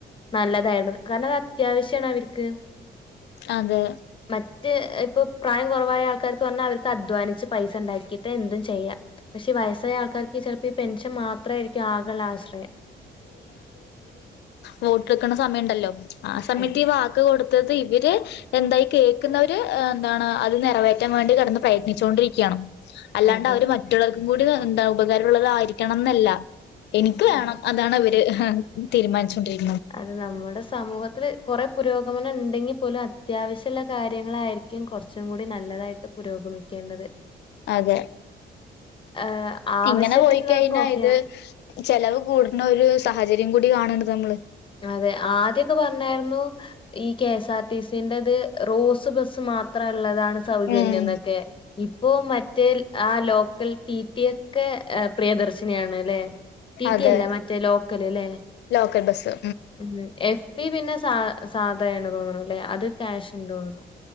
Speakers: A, on the left; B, on the left.
A: നല്ലതാര്ന്നു കാരണം അത് അത്യാവശ്യാണ് അവർക്ക്
B: അതെ
A: മറ്റ് ഇപ്പ പ്രായം കൊറവായ ആൾക്കാർക്ക് പറഞ്ഞാ അവര്ക്ക് അധ്വാനിച്ച് പൈസ ണ്ടാക്കിട്ട് എന്തും ചെയ്യാം പ ഷേ വസ്സായ ആൾക്കാർക്ക് ചെലപ്പ ഈ പെഷൻ മാത്രം ആരിക്കും ആകെള്ള ആശ്ര
B: വോട്ട് എടുക്ക്‌ണ സമയണ്ടല്ലോ ആ സമയത്ത്
A: അതെ
B: ഈ വാക്ക് കൊട് ത്തത് ഇവര് എന്തായി കേൾക്കുന്നവര് എന്താണ് അത് നിറവേറ്റാൻ വാണ്ടി കെടന്ന് പ്രയത്നിച്ചുകൊണ്ടിരിക്കയാണ് അല്ലാണ്ട്
A: അതെ
B: അവര് മറ്റുള്ളവൽക്കും കൂടി എന്താ ഉപകാരള്ളതാരിക്കണംന്നല്ല ക്ക്‌ വേണം
A: അതെ
B: അതാണ് ഇവര് തീരുമാനിച്ചൊണ്ടിരി
A: അത് നമ്മടെ സമൂഹത്തില് കുറേ പുരോഗമനം ഉണ്ടെങ്കിൽ പോലും അത്യാവശ്യമുള്ള കാര്യങ്ങളായിരിക്കും കുറച്ചും കൂടി നല്ലതായിട്ട് പുരോഗമ ഉഗമിക്കേണ്ടത്.
B: അതെ
A: ആഹ് ആവശ്യത്തിനുള്ളതൊക്കെ
B: ഇങ്ങനെ പോയി കഴിഞ്ഞാൽ
A: ഓക്കെയാണ്
B: ഇത് ചെലവ് കൂടുന്ന ഒരു സാഹചര്യം കൂടി കാണണ്ട് നമ്മള്.
A: അതെ ആദ്യൊക്കെ പറഞ്ഞായിരുന്നു ഈ കെ എസ് ആർ ടി സിന്റെത് റോസ് ബസ് മാത്ര ള്ളതാണ് സൗജന്യം
B: ഉം
A: എന്നൊക്കെ ഇപ്പോൊ മറ്റേൽ ആ ലോക്കൽ ടീറ്റിയൊക്കെ പ്രിയദർശിനിയാണ് ല്ലേ ട്ടീട്ടി
B: അതെ
A: അല്ല മറ്റേ ലോ ക്കല ല്ലേ.
B: ലോക്കൽ ബസ്
A: ഉ എഫ് ബി പിന്നെ സ സാധയണ തോന്നണ അല്ലെ അത് കാക്ഷ് തോന്നണം